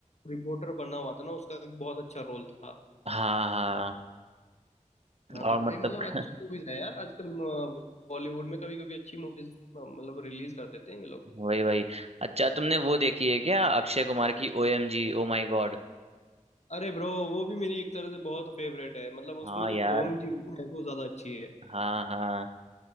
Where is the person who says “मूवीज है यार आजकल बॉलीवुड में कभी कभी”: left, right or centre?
Left